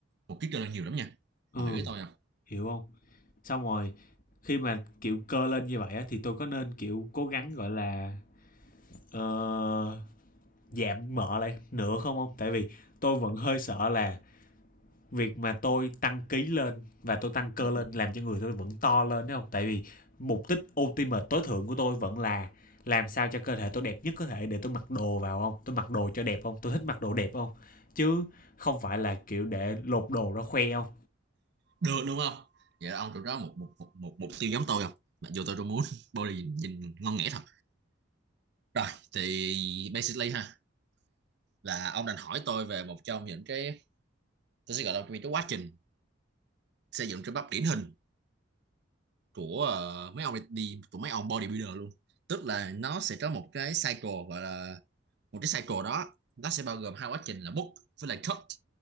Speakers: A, on the right (about 60°); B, on the left (about 45°).
A: một ký cơ là nhiều lắm nha
B: ừ
A: ông hiểu ý tôi không
B: hiểu không xong rồi khi mà kiểu cơ lên như vậy á, thì tôi có nên kiểu cố gắng gọi là ờ, giảm mỡ lại nữa không không tại vì tôi vẫn hơi sợ là việc mà tôi tăng ký lên và tôi tăng cơ
A: Ừ.
B: lên làm cho người tôi vẫn to lên đúng không tại vì mục đích ultimate tối thượng của tôi vẫn là làm sao cho cơ thể tôi đẹp nhất có thể để tôi mặc đồ vào không tôi mặc đồ cho đẹp không tôi thích mặc đồ đẹp không chứ không phải là kiểu để lột đồ ra khoe không
A: được đúng không vậy là ông được đó một một một một mục tiêu giống tôi không mặc dù tôi đâu muốn body nhìn, nhìn ngon nghẻ thật rồi thì basically ha là ông đành hỏi tôi về một trong những cái tôi sẽ gọi là cái quá trình xây dựng cơ bắp điển hình của ờ, mấy ông đi- của mấy ông bodybuilder luôn tức là nó sẽ có một cái cycle gọi là một cái cycle đó nó sẽ bao gồm hai quá trình là bulk với lại cut